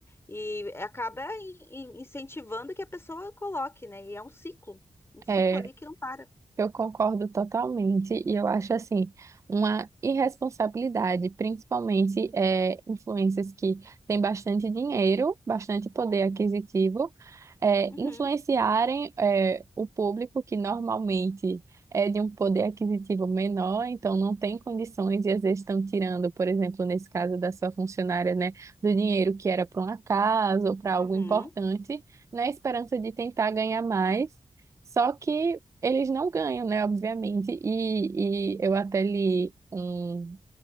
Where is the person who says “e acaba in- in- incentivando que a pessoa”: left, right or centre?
Left